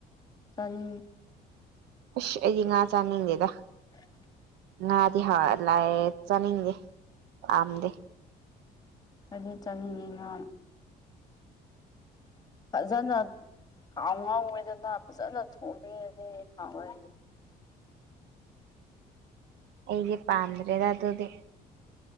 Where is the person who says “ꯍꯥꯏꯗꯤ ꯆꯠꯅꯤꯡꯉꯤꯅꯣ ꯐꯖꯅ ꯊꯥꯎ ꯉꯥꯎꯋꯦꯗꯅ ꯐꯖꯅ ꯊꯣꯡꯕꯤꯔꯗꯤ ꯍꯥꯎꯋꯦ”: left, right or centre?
Left